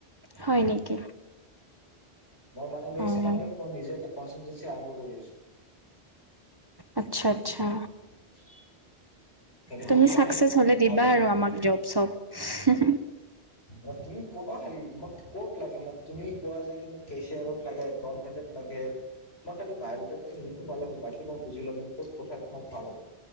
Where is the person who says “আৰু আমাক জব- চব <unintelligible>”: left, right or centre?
Right